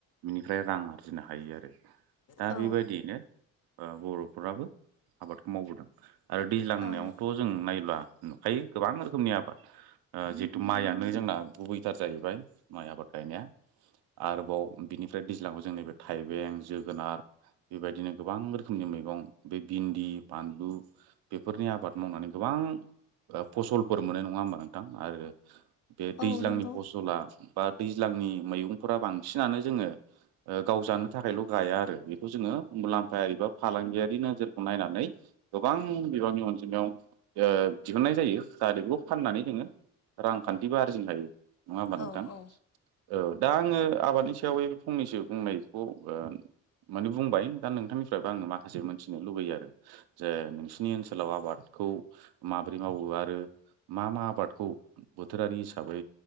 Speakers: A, on the right; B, on the left.
A: बिनिफ्राय रां आरजिनो हायो आरो दा
B: औ
A: बेबायदियैनो ओ बर'फोराबो आबादखौ मावबोदों आरो दैज्लांनायावथ'
B: औ औ
A: जों नायब्ला नुखायो गोबां रोखोमनि आबाद ओ जिहेतु माइयानो जोंना गुबैथार जाहैबाय माइ आबाद गायनाया आरोबाव बिनिफ्राय दैज्लांआव जों नैबे थाइबें जोगोनार बेबायदिनो गोबां रोखोमनि मैगं बे बिन्दि बानलु बेफोरनि आबाद मावनानै गोबां फसलफोर मोनो नङा होमबा नोंथां आरो बे
B: औ
A: दैज्लांनि
B: नंगौ
A: फसला बा दैज्लांनि मैगंफोरा बांसिनानो जोङो ओ गावजानो थाखायल' गाया आरो बेखौ जोङो मुलाम्फायारि बा फालांगियारि नोजोरखौ नायनानै गोबां बिबांनि अनजिमायाव ओ दिहुननाय जायो जाहाथे बेखौ फाननानै जोङो रांखान्थिबो आरजिनो हायो नङा होमबा नोंथां?
B: औ औ
A: औ दा आङो आबादनि सायाव फंनैसो बुंनायखौ ओ माने बुंबाय दा नोंथांनिफ्रायबो आङो माखासे मोनथिनो लुबैयो आरो। जे नोंसिनि ओनसोलाव आबादखौ माबोरै मावो आरो मा मा आबादखौ बोथोरारि हिसाबै